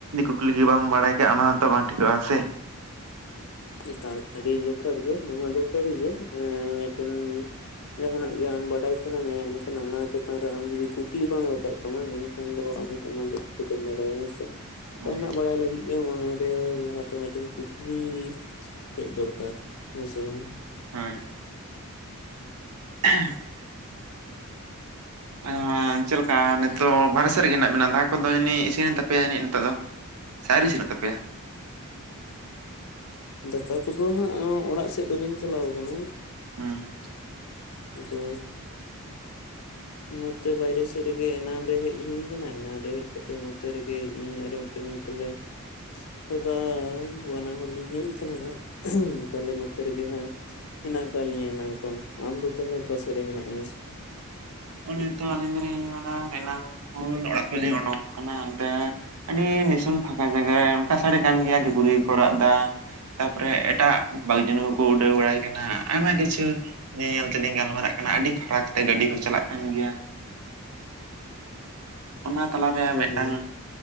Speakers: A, on the right; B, on the left.
A: ᱠᱩᱠᱞᱤ ᱜᱮ ᱵᱟᱢ ᱵᱟᱲᱟᱭ ᱠᱟᱜᱼᱟ ᱚᱱᱟ ᱦᱚᱛᱚ ᱵᱟᱝ ᱴᱷᱤᱠᱚᱜ ᱟ ᱥᱮ
B: ᱮᱠᱟᱞ ᱟᱹᱰᱤ ᱡᱩᱛᱷᱟᱫ ᱜᱮ ᱱᱚᱣᱟ ᱫᱚ ᱥᱟᱹᱨᱤ ᱜᱮ ᱮᱸ ᱢᱤᱫᱴᱮᱱ ᱡᱟᱦᱟ ᱱᱟᱜ ᱜᱮ ᱟᱢ ᱵᱟᱰᱟᱭ ᱥᱟᱱᱟ ᱢᱮᱭᱟ ᱮᱱᱠᱷᱟᱱ ᱚᱱᱟ ᱪᱮᱛᱟᱱ ᱨᱮ ᱟᱢ ᱡᱩᱫᱤ ᱠᱩᱠᱞᱤ ᱵᱟᱢ ᱨᱟᱠᱟᱵ- <unintelligible> ᱮᱱᱠᱷᱟᱱ ᱫᱚ ᱟᱫᱚ ᱚᱱᱟ ᱫᱚ ᱪᱤᱠᱟᱹᱛᱮᱢ ᱵᱟᱲᱟᱭᱟ ᱦᱳᱭ ᱥᱮ
A: ᱦᱳᱭ
B: ᱡᱟᱦᱟᱱᱟᱜ ᱵᱟᱲᱟᱭ ᱞᱟᱜᱤᱫ ᱜᱮ ᱢᱚᱱᱮ ᱨᱮ ᱞᱟᱦᱟᱛᱮ ᱢᱤᱫ ᱴᱮᱱ ᱠᱩ ᱠᱞᱤ ᱦᱮᱡ ᱫᱚᱨᱠᱟᱨ ᱦᱮ ᱥᱮ ᱵᱟᱝ
A: ᱦᱮᱸ <unintelligible> ᱚᱜ-ᱜ ᱪᱮᱫ ᱞᱮᱠᱟ ᱱᱤᱛᱚᱜ ᱵᱟᱨᱦᱮ ᱥᱮᱫ ᱨᱮᱜᱮ ᱦᱮᱱᱟᱜ ᱵᱮᱱᱟ ᱫᱟᱠᱟ ᱠᱚᱫᱚ ᱡᱟᱹᱱᱤᱡ ᱤᱥᱤ ᱱᱮᱱ ᱛᱟᱯᱮᱭᱟ ᱡᱟᱹᱱᱤᱡ ᱱᱤᱛᱚᱜ ᱫᱚ᱾ ᱥᱮ ᱟᱣᱨᱤ ᱤᱥᱤᱱᱚᱜ ᱛᱟᱯᱮᱭᱟ
B: ᱫᱟᱠᱟ ᱠᱚᱫᱚ ᱦᱟᱜ ᱚᱜ ᱚᱲᱟᱜ ᱥᱮᱪ ᱫᱚ ᱵᱟᱹᱧ ᱪᱟᱞᱟᱣ ᱟᱠᱟᱱᱟ
A: ᱦᱩᱸ
B: ᱟᱫᱚ ᱱᱚᱛᱮ ᱵᱟᱭᱨᱮ ᱥᱮ ᱨᱮᱜᱮ ᱮᱱᱟᱱ ᱨᱮ ᱦᱮᱡ ᱦᱩᱭ ᱠᱟᱱᱟ ᱮᱱᱟᱱ ᱨᱮ ᱦᱮᱡ ᱠᱟᱛᱮᱜ ᱱᱚᱛᱮ ᱨᱮᱜᱮ ᱤᱧ ᱟᱨ ᱢᱤᱫᱴᱮᱱ <unintelligible> ᱫᱟᱫᱟ ᱵᱟᱱᱟ ᱦᱚᱲ ᱞᱤᱧ ᱦᱮᱡ ᱠᱟᱱᱟ ᱦᱟᱜ ᱛᱟᱦᱚᱞᱮ ᱱᱚᱛᱮ ᱨᱮᱜᱮ ᱦᱟᱜ ᱦᱮᱱᱟᱜ ᱟᱠᱟᱫ ᱞᱤᱧᱟᱹ ᱮᱱᱟᱝ ᱠᱷᱚᱱ ᱟᱢ ᱫᱚ ᱛᱟᱦᱚᱞᱮ ᱚᱠᱟ ᱥᱮᱫ ᱨᱮ ᱢᱮᱱᱟᱜ ᱢᱮᱭᱟ
A: ᱟᱱᱮ ᱛᱚ ᱟᱹᱞᱤᱧ ᱫᱚᱞᱤᱧ ᱮᱱᱟ ᱠᱷᱚᱱ ᱚᱲᱟᱜ ᱠᱷᱚᱱ ᱞᱤᱧ ᱚᱰᱩᱠ ᱠᱟᱱᱟ ᱚᱱᱛᱮ ᱟᱹᱰᱤ ᱱᱤᱥᱩᱱ ᱯᱷᱟᱸᱠᱟ ᱡᱟᱭᱜᱟᱨᱮ ᱚᱱᱠᱟ ᱥᱟᱰᱮ ᱠᱟᱱ ᱜᱮᱭᱟ ᱜᱷᱩᱨᱤᱡ ᱠᱚ ᱨᱟᱜ ᱮᱫᱟ ᱛᱟᱯᱚᱨᱮ ᱮᱴᱟᱜ ᱵᱟᱜᱽ ᱡᱩᱱᱩ ᱠᱚᱠᱚ ᱩᱰᱟᱹᱣ ᱵᱟᱲᱟᱭ ᱠᱟᱱᱟ ᱟᱭᱢᱟ ᱠᱤᱪᱷᱩ ᱧᱮ ᱧᱮᱞ ᱛᱮᱞᱤᱧ ᱜᱟᱞᱢᱟᱨᱟᱜ ᱠᱟᱱᱟ ᱟᱹᱰᱤ ᱯᱷᱟᱨᱟᱠ ᱛᱮ ᱜᱟᱹᱰᱤ ᱠᱚ ᱪᱟᱞᱟᱜ ᱠᱟᱱ ᱜᱮᱭᱟ᱾ ᱚᱱᱟ ᱛᱟᱞᱟᱨᱮᱭᱟᱜ
B: ᱢᱮᱭᱟ?
A: ᱢᱤᱫᱴᱟᱝ